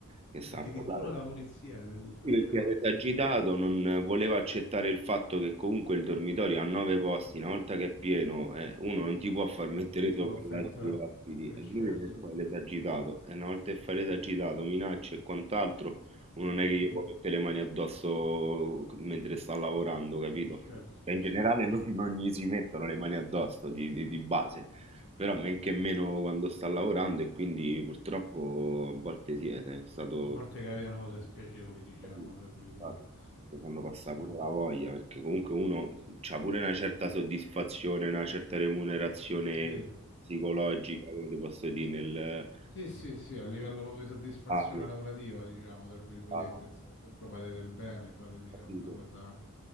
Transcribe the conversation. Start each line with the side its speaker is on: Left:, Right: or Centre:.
Right: che stavano
Left: Addirittura
Right: là.
Left: la polizia ti devo far
Right: Sì, perché
Left: chiamare,
Right: era esagitato, non voleva accettare il fatto che comunque il dormitorio ha nove posti, una volta che è pieno, eh, uno non ti può far <laughs> mettere
Left: non si
Right: sopra
Left: può far
Right: gli altri
Left: entrare.
Right: ospiti,
Left: Eh
Right: e
Left: certo,
Right: lui che fa l'esagitato, e una volta che fai l'esagitato, minacce e quant'altro, uno non è che
Left: mhm,
Right: gli può mettere le mani addosso mentre sta lavorando, capito?
Left: eh certo,
Right: Cioè, In
Left: eh
Right: generale
Left: certo,
Right: non,
Left: eh certo.
Right: non gli si mettono le mani addosso di, di- di base, però men che meno quando sta lavorando e quindi purtroppo a volte sì, eh, è stato
Left: A volte capitano cose spiacevoli, diciamo,
Right: Capito?
Left: tra virgolette.
Right: Esatto. Ti fanno passare
Left: Sì,
Right: pure la voglia, perché comunque uno c'ha pure una certa soddisfazione, una certa remunerazione
Left: sì. eh.
Right: psicologica, come ti posso dire, nel...
Left: Sì, sì, sì, a livello proprio di soddisfazione
Right: Ah, nel-
Left: lavorativa, diciamo, tra virgolette,
Right: ah,
Left: insomma, comunque fate del bene, fate, diciamo,
Right: capito?
Left: una cosa,